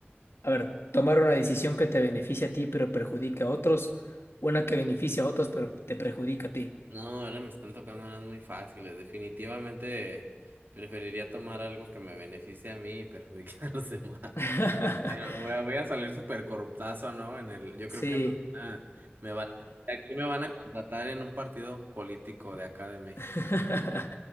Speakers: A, on the left (about 75°); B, on the right (about 55°).
A: A ver, tomar una decisión que te beneficia a ti pero perjudica a otros, una que beneficia a otros pero te perjudica a ti.
B: No, ahora me están tocando unas muy fáciles. Definitivamente preferiría tomar algo que me beneficie a mí y perjudique <laughs> a los demás.
A: <laughs>
B: Pero voy a, voy a salir súper corruptazo, ¿no? En el, yo
A: Sí.
B: creo que me van a, me van a- aquí me van a contratar en un partido político de acá de México.
A: <laughs>